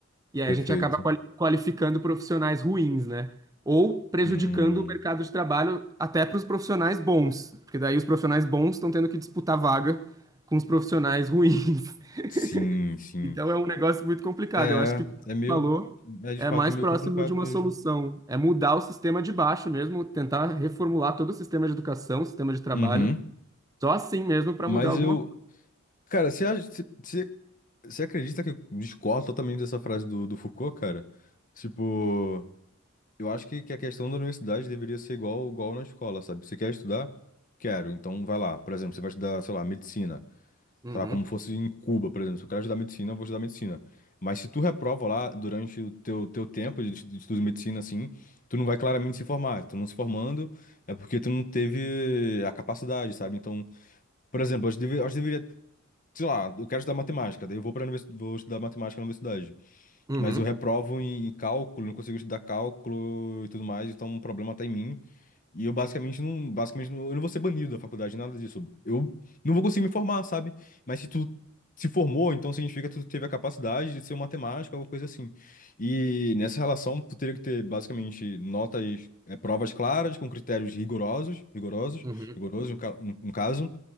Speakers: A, on the right; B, on the left.
A: E aí
B: perfeito.
A: a gente acaba quali- qualificando profissionais ruins, né? Ou prejudicando
B: Hum,
A: o mercado de trabalho até para os profissionais bons, porque daí os profissionais bons estão tendo que disputar vaga com os profissionais ruins. <laughs>
B: sim, sim.
A: Então é um negócio muito complicado.
B: É,
A: Eu acho que o que você
B: é meio,
A: falou
B: é de
A: é
B: fato,
A: mais
B: é meio
A: próximo
B: complicado
A: de uma
B: mesmo.
A: solução, é mudar o sistema de baixo mesmo, tentar reformular todo o sistema de educação, sistema de trabalho,
B: Uhum.
A: só assim mesmo para
B: Mas
A: mudar alguma
B: eu,
A: coisa.
B: cara, você acha- você você- você acredita que eu discordo totalmente dessa frase do, do Foucault, cara? Tipo, Eu acho que, que a questão da universidade deveria ser igual, igual na escola, sabe? Você quer estudar? Quero, então vai lá. Por exemplo, você vai estudar, sei lá, medicina.
A: Uhum,
B: Sei lá, como fosse em Cuba, por exemplo. Se eu quero estudar medicina, eu vou estudar medicina. Mas se tu reprova lá durante o teu, teu tempo de, estu- de estudo de medicina, assim, tu não vai claramente se formar. Tu não se formando é porque tu não teve a capacidade, sabe? Então, por exemplo, eu acho que deve- eu acho que deveria, sei lá, eu quero estudar matemática, daí eu vou para vou estudar matemática na universidade.
A: uhum,
B: Mas eu reprovo em, em cálculo, não consigo estudar cálculo e tudo mais, então um problema tá em mim. E eu basicamente não, basicamente não- eu não vou ser banido da faculdade, nada disso. Eu não vou conseguir me formar, sabe? Mas se tu se formou, então significa que tu teve a capacidade de ser um matemático, alguma coisa assim. E nessa relação, tu teria que ter basicamente notas, eh, provas claras, com critérios rigorosos, rigorosos,
A: uhum.
B: rigorosos no, ca- no no caso.